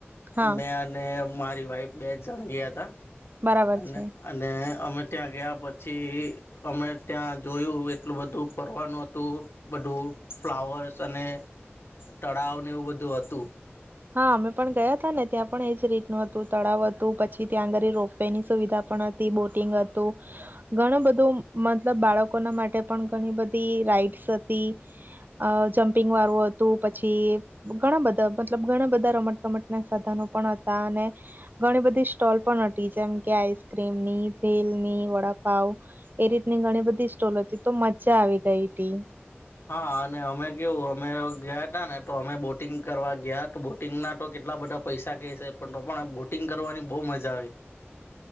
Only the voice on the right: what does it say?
હા
બરાબર
છે
હા અમે પણ ગયા હતા ને ત્યાં પણ એજ રીતનું હતું તળાવ હતું, પછી ત્યાં આગળ રોપ વે ની સુવિધા પણ હતી. બોટિંગ હતું ઘણું બધું, મતલબ બાળકોના માટે પણ ઘણી બધી રાઈડ્સ હતી જમ્પિંગ વાળું હતું. પછી ઘણા બધા મતલબ ઘણા બધા રમતગમત ના સાધનો પણ હતા, અને ઘણી બધી સ્ટોલ પણ હતી. જેમ કે આઈસક્રીમની, ભેલની, વડાપાવ એ રીતની ઘણી બધી સ્ટોલ હતી. તો મજા આવી ગઈ હતી.